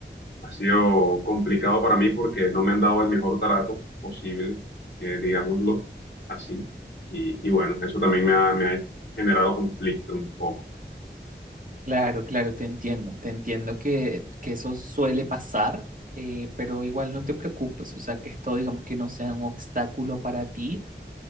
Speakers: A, on the left; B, on the right.
A: ha sido complicado para mí porque no me han dado el mejor trato posible, eh, digámoslo así. Y, y bueno, eso también me ha, me ha generado conflicto un poco.
B: Claro, claro, te entiendo, te entiendo que, que eso suele pasar, eh, pero igual no te preocupes, o sea, que esto digamos que no sea un obstáculo para ti,